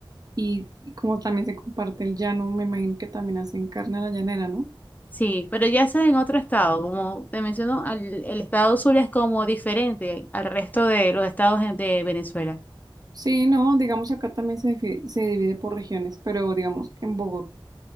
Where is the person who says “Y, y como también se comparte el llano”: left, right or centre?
Right